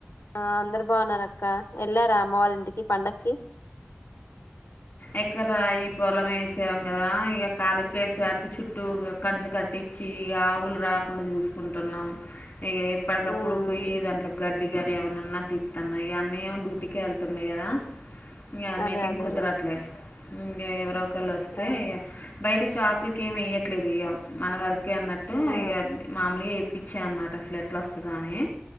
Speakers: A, on the left; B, on the left.
A: ఆ అందరు బావున్నారక్క వెళ్ళారా అమ్మ వాళ్ళ ఇంటికి పండక్కి
B: ఎక్కడరా ఈ పొలం వేసాం కదా ఇక ఖాలీ ప్లేస్ కట్టి చుట్టూ కంచె కట్టిచ్చి ఇగ ఆవులు రాకుండా చూసుకుంటున్నాం ఇక ఎప్పటికప్పుడు
A: ఉమ్
B: పొయ్య దాంట్లో గడ్ <unintelligible> గని ఏమైనున్నా తీత్తున్నా ఇగ అన్నియ్య ఏమో డ్యూటీకి వెళ్తుండే కదా ఇగ అన్నయ్య
A: అదే
B: కేం
A: అదేలే
B: కుదరట్లే ఇంక ఎవరో కల్లోస్తే
A: ఆ
B: ఇగ బయట షాపులకేం ఎయ్యట్లేదు ఇక మన వర కే అన్నట్టు
A: ఆ
B: ఇగ మామూలుగా <unintelligible> ఇచ్చా అనమాట అసలు ఎట్లా వస్తదో అని